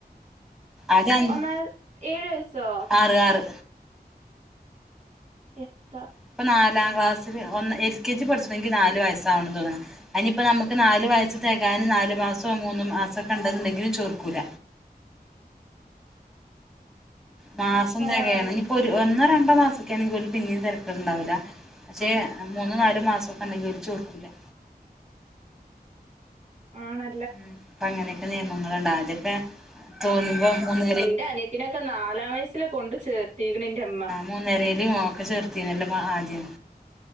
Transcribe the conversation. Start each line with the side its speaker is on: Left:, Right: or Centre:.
Centre: അത <unintelligible>
Right: ഒന്നാ ഏഴു വയസ്സോ
Centre: ആറ് ആറ്
Right: എഹ്
Centre: ഇപ്പം നാലാം ക്ലാസ്സില് ഒന്ന് എൽ കെ ജി പഠ്ച്ചണെങ്കി നാല് വയസ്സാവണം തോന്ന്ണ് അയ്നിയിപ്പം നമുക്ക് നാല് വയസ്സ് തെകാന് നാലു മാസോ മൂന്ന് മാസാെക്കെണ്ട്ന്ന്ണ്ടെങ്കിലും ചേർക്കൂല മാസം
Right: ആഹ്
Centre: തെകയാണ് ഇനിപ്പോ ഒര് ഒന്നോ രണ്ടോ മാസൊക്കേണെങ്കിൽ പിന്നീം തെരെക്കേട്ണ്ടാവൂലാ പക്ഷേ മൂന്നോ നാലോ മാസാെക്കെണ്ടെങ്കി ഓല് ചോർക്കൂലാ
Right: ആണ
Centre: ഉം ഇപ്പ അങ്ങനെക്കെ നിയമങ്ങള്ണ്ട് ആദ്യാെക്കെ തോന്ന്മ്പോ മൂന്ന്
Right: ഇന്റെ അനിയത്തിനൊക്കെ നാലാം വയസ്സില് കൊണ്ട് ചേർത്തീക്ക്ണ് ഇന്റെ മ്മാ
Centre: മൂന്നരേല് ഓക്കെ ചേർത്തീനല്ലോ പ്പ ആദ്യം